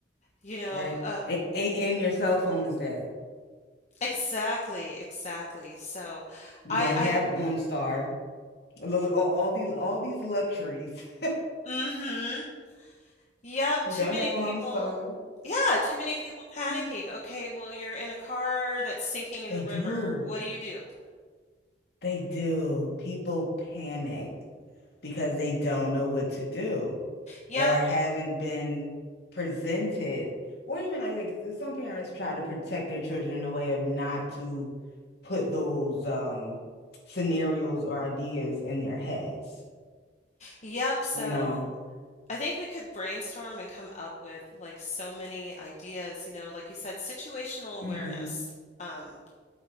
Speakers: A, on the left; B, on the left.
A: you know,
B: Right.
A: uh,
B: And, and, and your cell phone is dead.
A: exactly, exactly. So
B: You
A: I,
B: don't
A: I,
B: have OnStar. Look, look all, all these all these luxuries. <laughs>
A: <laughs> Mm-hmm. Yep,
B: You
A: too
B: don't
A: many
B: have OnStar.
A: people. Yeah, too many people panicking.
B: <laughs>
A: Okay, well, you're in a car that's sinking in
B: They
A: the
B: do.
A: river. What do you do?
B: They do. People panic. because they don't know what to do
A: Yep,
B: or haven't been presented or even like, like some parents try to protect their children in a way of not to put those um scenarios or ideas in their heads,
A: Yep, so
B: you know.
A: I think we could brainstorm and come up with like so many ideas, you know, like you said, situational
B: hmm
A: awareness. Um,